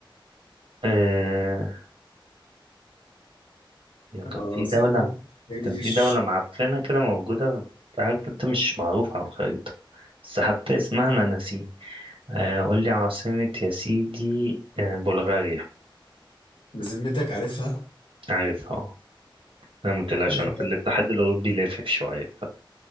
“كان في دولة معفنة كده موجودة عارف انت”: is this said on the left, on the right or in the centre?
Right